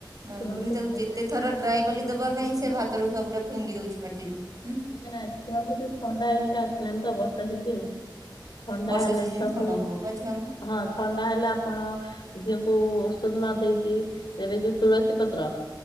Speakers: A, on the right; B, on the left.
A: ମଙ୍ଗୁନି
B: ଛୁଆଙ୍କୁ
A: ତାକୁ
B: ଥଣ୍ଡା
A: ଯେତେ
B: ହେଲେ
A: ଥର
B: ତ
A: ଟ୍ରାଏ
B: ଆପଣ
A: କଲି
B: କି ଔଷଧ
A: ଦବା ପାଇଁ
B: ଦଉଛନ୍ତି?
A: ସେ ଭାତରୁୁ ସବୁୁରା ଫିଙ୍ଗି ଦଉଛି ପାଟିରୁ ହୁଁ।
B: ନା-ନା ଛୁଆଙ୍କୁ ଯୋଉ ଥଣ୍ଡା ଏଇନେକେ ଆସିଲାଣି ତ ବର୍ଷା ସିଜିନ୍। ଥଣ୍ଡା
A: ବର୍ଷା
B: ହେଲେ
A: ସିଜିନ୍
B: ଛୁଆଙ୍କୁୁ
A: ଥଣ୍ଡା ହେବ ପା ଛୁଆଙ୍କୁ।
B: ହଁ ଥଣ୍ଡା ହେଲେ ଆପଣ। ଝିଅକୁ ଔଷଦ ନ ଦେଇକି ଦେବେ ଯୋଉ ତୁଳସୀ ପତ୍ର।